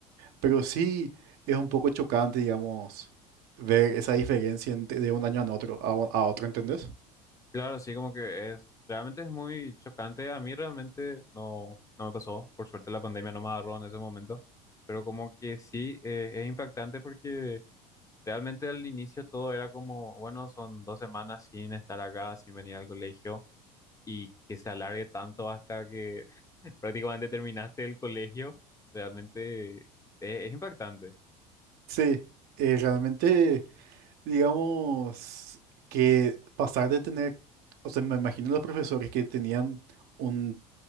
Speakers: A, on the right; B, on the left.
A: Pero sí es un poco chocante, digamos, ver esa diferencia ente- de un año a otro, a, o- a otro, ¿entendés?
B: Claro, sí, como que es, realmente es muy chocante. A mí realmente no, no me pasó. Por suerte la pandemia no me agarró en ese momento. Pero como que sí, eh, es impactante porque realmente al inicio todo era como, bueno, son dos semanas sin estar acá, sin venir al colegio y que se alargue tanto hasta que <laughs> prácticamente terminaste el colegio, realmente es es impactante.
A: Sí, eh, realmente, digamos, que pasar de tener, o sea, me imagino los profesores que tenían un,